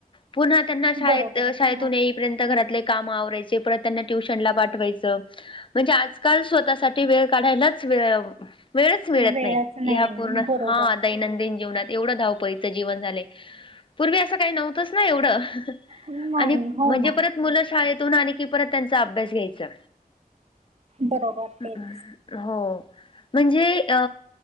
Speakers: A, on the left (about 35°); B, on the right (about 45°).
A: पुन्हा त्यांना शाळेत
B: बरोबर
A: शाळेतून
B: हो.
A: येईपर्यंत, घरातले काम आवरायचे. परत त्यांना ट्युशन ला पाठवायच. म्हणजे, आजकाल स्वतःसाठी वेळ काढायलाच, वेळ मिळच मिळत
B: वेळच
A: नाही. ह पूर्ण
B: बरोबर
A: हा दैनंदिन जीवनात. एवढं धाव पळीचं जीवन झालय. पूर्वी असं काही नव्हतंच ना एवढं.
B: नाही
A: आणि
B: हो
A: म्हणजे
B: ना.
A: परत मुलं शाळेतून आले की, परत त्यांचा अभ्यास घ्यायचा.
B: बरोबर
A: ह
B: तेच
A: अम् <unintelligible> हो, म्हणजे अ